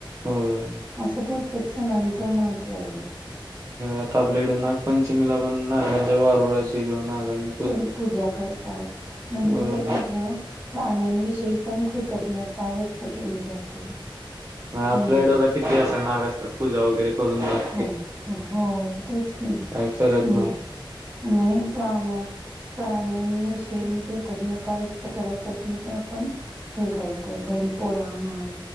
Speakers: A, on the right; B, on the right.
A: हम्म
B: असं प्रत्येक सणांचं महत्व आहे.
A: आता आपल्या इकडे नागपंचमीला पण नागाच्या वा रुळाची नाग आणि
B: प पूजा करतात म्हणजे
A: होय
B: ते कसं. प्राण्यांविषयी पण कृतज्ञता व्यक्त केली जाते.
A: आपल्याकडेता
B: हम्म
A: किती असं नाग असतात पूजा वगैरे करून जात
B: हो हो तेच घम
A: काय करत नाही
B: नाही प्राण प्राण्यांविषयी कृतज्ञता व्यक्त करायसाठी ते आपण हे करतोय बैलपोळ म्हण.